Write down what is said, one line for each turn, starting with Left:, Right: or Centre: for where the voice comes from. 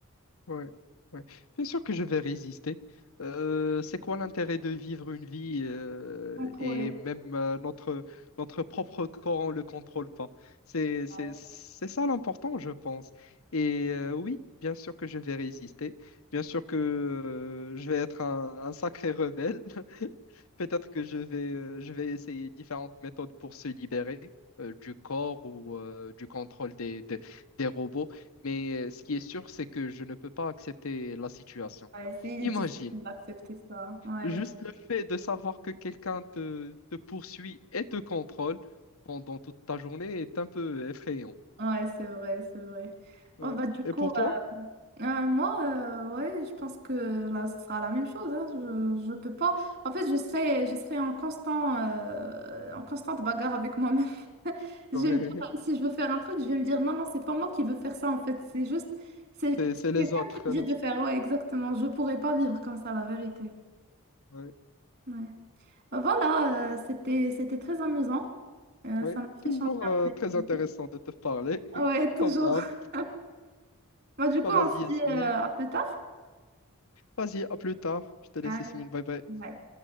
Left: Ouais, ouais. Bien sûr que je vais résister. Euh, c'est quoi l'intérêt de vivre une vie euh,
Right: Contrôler.
Left: et même euh, notre, notre propre corps, on ne le contrôle pas. C'est,
Right: Ouais,
Left: c'est, c'est ça l'important, je pense. Et euh, oui, bien sûr que je vais résister. Bien sûr que euh, je vais être un, un sacré rebelle. <laughs> Peut-être que je vais, euh, je vais essayer différentes méthodes pour se libérer euh, du corps ou euh, du contrôle des, des, des robots. Mais euh, ce qui est sûr, c'est que je ne peux pas accepter la situation.
Right: Ouais, c'est il est
Left: Imagine,
Right: difficile d'accepter ça. Ouais,
Left: juste
Right: tu...
Left: le fait de savoir que quelqu'un te, te poursuit et te contrôle pendant toute ta journée est un peu effrayant.
Right: Ouais, c'est vrai, c'est vrai. Bon,
Left: Ouais.
Right: bah, du
Left: Et
Right: coup.
Left: pour toi?
Right: Euh, moi, euh, ouais, je pense que là, ce sera la même chose. hein. Je, je peux pas.
Left: Ouais.
Right: En fait, je serai, je serai en constant, euh, en constante bagarre avec moi-même. <laughs> Je
Left: <laughs>
Right: vais me dire, si je veux faire un truc, je vais me dire, non, non, c'est pas moi qui veux faire ça, en fait. C'est juste, c'est
Left: C'est,
Right: c'est
Left: c'est les
Right: quelqu'un
Left: autres.
Right: qui me dit de
Left: <laughs>
Right: faire, ouais, exactement. Je pourrais pas vivre comme ça, la vérité.
Left: Ouais.
Right: Ouais. Bah voilà, euh, c'était, c'était très amusant. Euh,
Left: Ouais.
Right: ça m'a
Left: Toujours
Right: fait changer un
Left: euh,
Right: peu
Left: très
Right: d'idée.
Left: intéressant de te parler, <laughs>
Right: Ouais, toujours.
Left: comme d'hab.
Right: <laughs> Bah, du coup,
Left: Bah,
Right: on
Left: Vas-y,
Right: se
Left: Yasmine.
Right: dit, euh, à plus tard.
Left: Vas-y, à plus tard. Je te laisse,
Right: Allez.
Left: Yasmine. Bye bye.
Right: Bye.